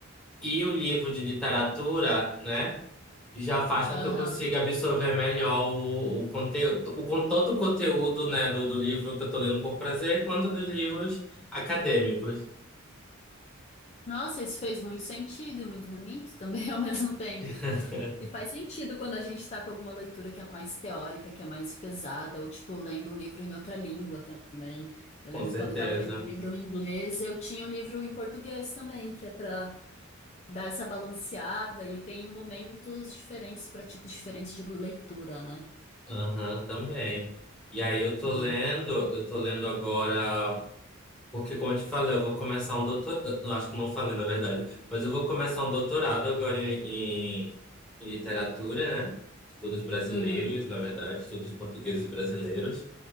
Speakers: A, in the centre; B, on the left (about 30°).
A: e o livro de literatura, né? Já faz
B: Aham.
A: com que eu consiga absorver melhor o, o conteúdo, o, con- todo o conteúdo, né, do, do livro que eu tô lendo por prazer, quanto dos livros acadêmicos.
B: Nossa, isso fez muito sentido e muito bonito também <laughs> ao mesmo tempo.
A: <laughs>
B: E faz sentido quando a gente tá com alguma leitura que é mais teórica, que é mais pesada, ou tipo lendo um livro em outra língua também. Eu
A: Com
B: lembro
A: certeza.
B: quando eu tava lendo um livro em inglês, eu tinha um livro em português também, que é pra dar essa balanceada e tem momentos diferentes para tipos diferentes de leitura, né?
A: Aham, também. E aí eu tô
B: Hum.
A: lendo, eu tô lendo agora, porque como eu te falei, eu vou começar um doutorado, não acho que não falei na verdade, mas eu vou começar um doutorado agora em, em, em literatura, né? Estudos brasileiros,
B: Uhum,
A: na verdade, estudos portugueses e brasileiros.